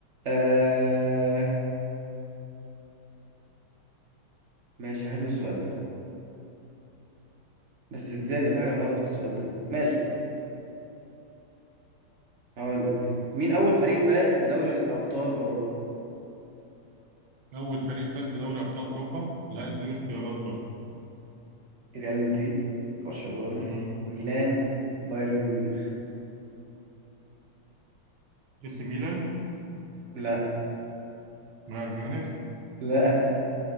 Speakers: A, on the right; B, on the right.
A: آه... ماشي حلو السؤال ده بس ازاي ده في حاجة غلط في السؤال ده ماشي هقول لك مين أول فريق فاز بدوري أبطال أوروبا
B: أول فريق فاز بدوري أبطال أوروبا لا اديني اختيارات برضه
A: ريال مدريد برشلونة
B: مم.
A: ميلان بايرن ميونخ
B: اي سي ميلان
A: لا
B: بايرن ميونخ
A: لا